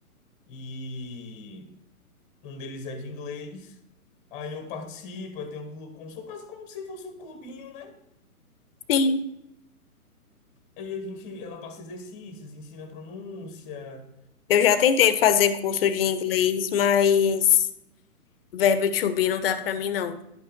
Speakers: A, on the left; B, on the left.
A: e um deles é de inglês. Aí eu participo, eu tenho um clube, como, sou quase como se fosse um clubinho, né?
B: Sim.
A: Aí a gente, ela passa exercícios, ensina pronúncia.
B: Eu já tentei fazer curso de inglês, mas verbo to be não dá para mim, não.